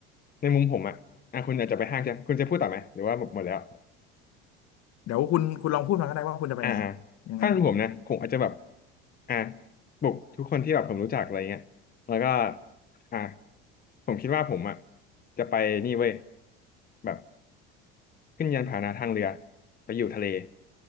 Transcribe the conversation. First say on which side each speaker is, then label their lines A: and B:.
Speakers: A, on the left; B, on the left.
A: ในมุมผมอ่ะอ่ะคุณอาจจะไปห้างใช่ไหมคุณจะพูดต่อไหม หรือว่าหมดหมดแล้ว
B: เดี๋ยวคุณคุณลองพูดมาก็ได้ว่าคุณจะไปไหน
A: อ่าอ่า
B: ยังไง
A: ถ้าเป็นผมนะผมอาจจะแบบอ่ะบุกทุกคนที่แบบผมรู้จักอะไรเงี้ยแล้วก็อ่ะผมคิดว่าผมอ่ะจะไปนี่เว้ยแบบขึ้นยานพาหนะทางเรือไปอยู่ทะเล